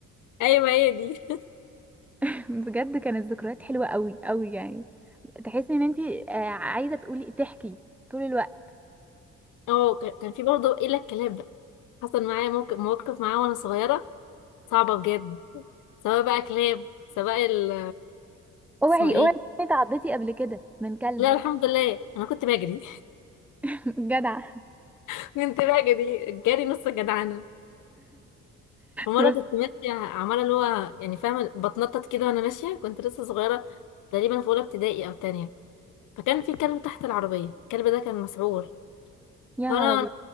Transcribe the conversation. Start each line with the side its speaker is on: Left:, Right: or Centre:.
Left: ايوه هي دي <laughs>
Centre: <laughs> بجد كانت ذكريات حلوه قوي قوي يعني تحسي ان انت آه، عايزه تقولي تحكي طول الوقت
Left: اه ك- كان في برضه الا الكلاب بقى حصل معايا موقف مواقف معاه وانا صغيره صعبه بجد سواء بقى كلاب سواء ال
Centre: اوعي
Left: اسمه ايه
Centre: اوعي تكوني اتعضيتي قبل كده من كلب
Left: لا الحمد لله انا كنت بجري
Centre: <laughs> جدع
Left: <laughs> كنت بجري جري نص جدعنه فمرة
Centre: بس
Left: كنت ماشية عمالة اللي هو يعني فاهمة بتنطط كده وأنا ماشية كنت لسه صغيرة تقريبا في أولى ابتدائي أو تانية فكان في كلب تحت العربية الكلب ده كان مسعور
Centre: يا
Left: فأنا
Centre: عربي